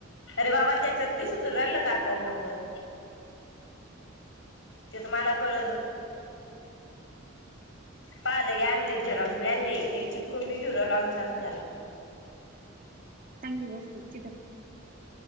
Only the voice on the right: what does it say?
चांगली गोष्ट आहे चिटक